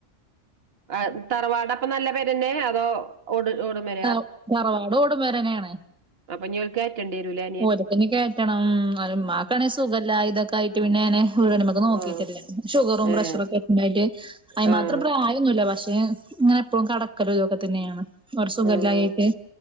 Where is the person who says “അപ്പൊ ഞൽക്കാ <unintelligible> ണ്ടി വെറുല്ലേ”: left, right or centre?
Right